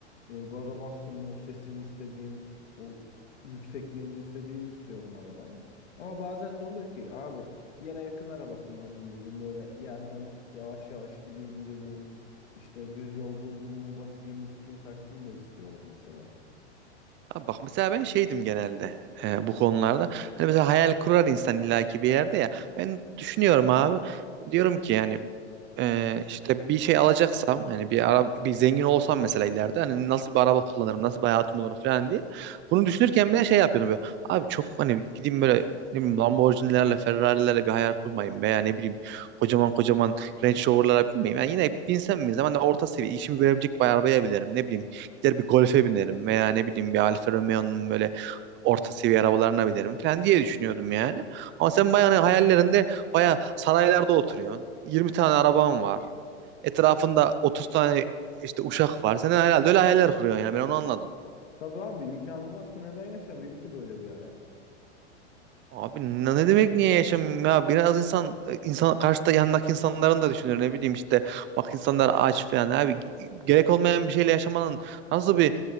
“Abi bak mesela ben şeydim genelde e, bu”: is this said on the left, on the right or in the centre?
Right